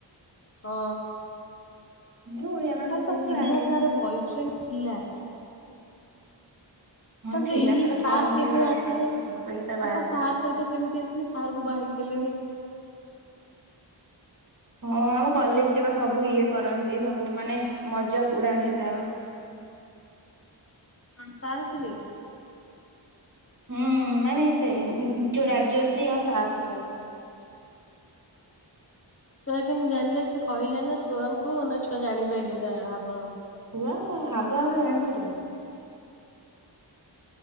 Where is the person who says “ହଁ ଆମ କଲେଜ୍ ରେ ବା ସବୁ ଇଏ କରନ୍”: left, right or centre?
Right